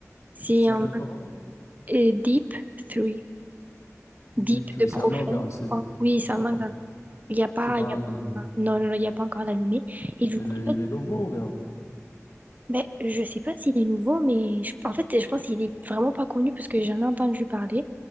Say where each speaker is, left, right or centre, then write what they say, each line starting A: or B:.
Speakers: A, on the right; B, on the left.
A: c'est
B: Ça s'appelle
A: un
B: comment?
A: euh, deep three.
B: Deep
A: Deep
B: Tree.
A: de profond.
B: C'est un manga. C'est,
A: Oh, oui, c'est un
B: ok.
A: manga. Il n'y a pas,
B: C'est pas
A: il
B: un
A: y a pas,
B: animé.
A: non, non, non, il n'y a pas encore d'animé. Et du
B: Il
A: coup,
B: est,
A: en
B: il
A: fait,
B: est nouveau ou bien?
A: ben, je sais pas s'il est nouveau, mais je- en fait, je pense qu'il est vraiment pas connu parce que j'ai jamais entendu parler.